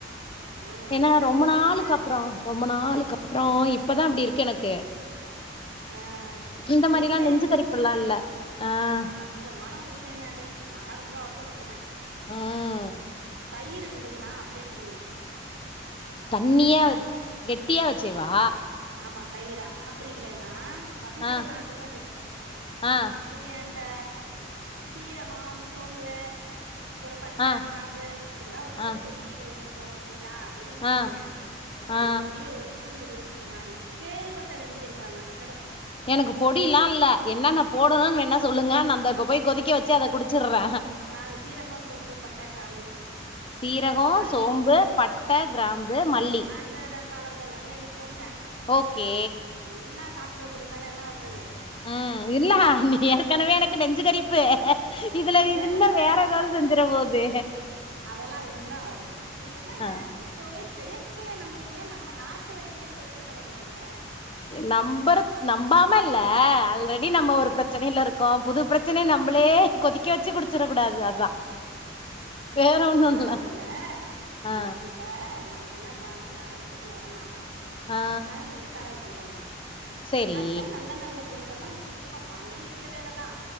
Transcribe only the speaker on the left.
ஏன்னா
ரொம்ப
நாளுக்கு அப்றோ ரொம்ப நாளுக்கு அப்றோ இப்பதா அப்டி இருக்கு எனக்கு
இந்த
மாரிலா நெஞ்சு
கரிப்பல்லா இல்ல ஆஹ்
ம்
தண்ணியா
வெச் கெட்டியா வெச்சேவா
ஆ
ஆ
ஆ
ஆ
ஆ ஆ
எனக்கு பொடில்லா இல்ல என்னான்னா போடணுன்னு வேனா சொல்லுங்க நா இந்தா இப்ப போய் கொதிக்க வச்சு அத குடு ச்சிர்ர
சீரகோ
சோம்பு பட்ட கிராம்பு மல்லி
ஓகே
ம் இல்ல நீ ஏற்கனவே எனக்கு நெஞ்சு கரிப்பு இதுல இது
இன்னு
ஏதாவது செஞ்சிட போது
ஆ
நம்பறத் நம்பாம இல்ல ஆல்ரெடி நம்ம
ஒரு பிரச் சனையில இருக்கோ புது பிரச்சனைய நம்மளே கொதிக்க வச்சு குடிச்சிட கூடாது அதா வேற ஒண்ணு இல்ல
ஆ
ஆ
செரி